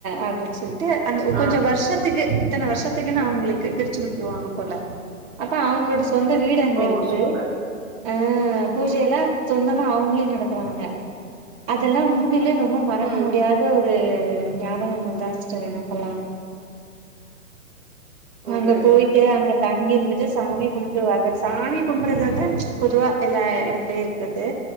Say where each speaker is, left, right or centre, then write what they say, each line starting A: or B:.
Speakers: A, on the right (about 25°); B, on the right (about 65°).
A: அப்டின் சொல்லி ட்டு அந்த கொஞ்சொ
B: ஆ
A: வர்ஷத்துக்கு இத்தன வர்ஷத்துக்கு நா உங்களுக்கு பிரி ச்சி விட்டுருவாங்க போல அப்ப அவுங்களோட சொந்த வீடு அங்க
B: ஓ
A: இருக்குது
B: சூப்பர்
A: ஆ பூஜையெல்லா சொந்தமா அவுங்களே நடத்துவாங்க அதெல்லா உண்மைலே ரொம்ப மறக்க
B: ம்
A: முடியாத து ஞாபகங்கள் தா சிஸ்டர் எனக்கெல்லா
B: உங்கிரே
A: அங்க போயிட்டு அங்க தங்கி இருந்துட்டு சாமி கும்ட்டு வர சாமி கும்பறது வந்து பொதுவா எல்லா எடத்துலயு இருக்கது